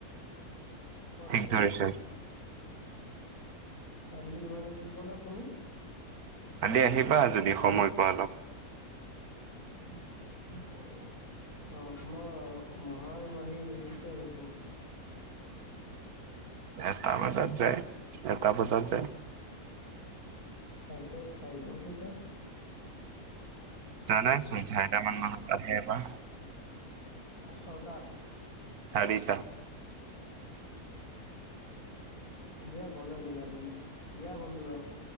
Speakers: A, on the left; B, on the right.
A: কছো
B: ঠিক ধৰিছা।
A: আছো। কালি মানে কি ক'লা তুমি?
B: কালি আহিবা যদি সময় পোৱা অলপ।
A: <unintelligible> অহ অ তোমাৰ মহা আৰু মাহী কেতিয়া যাব?
B: এটা বজাত যায় এটা বজাত যায়।
A: আহিব আহিব কেইটাত।
B: জানাই ছোন ছাৰিটা মান বজাত আহে এবা
A: ছটাত।
B: চাৰিতা।
A: দিয়া গলে জনাম দে দিয়া বন্ধু ৰাখো।